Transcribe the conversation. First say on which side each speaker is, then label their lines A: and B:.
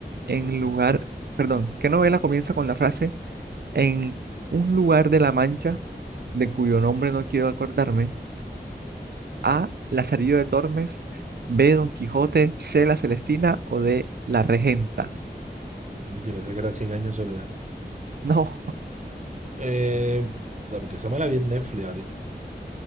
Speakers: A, on the right; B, on the right.
A: en lugar, perdón, qué novela comienza con la frase en un lugar de la Mancha de cuyo nombre no quiero acordarme? A. Lazarillo de Tormes, B. Don Quijote, C. La Celestina o D. La Regenta.
B: Yo pensé que era cien años de soledad.
A: No,
B: Eh, bueno, porque esa me la vi en Netflix ahorita.